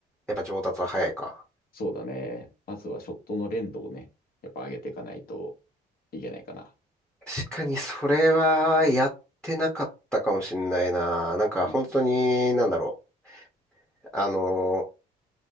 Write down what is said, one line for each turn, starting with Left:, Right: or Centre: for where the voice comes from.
Centre: やっぱ上達は早いか。
Left: そうだね。まずはショットの連動をね、やっぱ上げていかないといけないかな。
Centre: 確かにそれはやってなかったかもしんないな。なんか本当に、
Left: うん。
Centre: なんだろう。あの、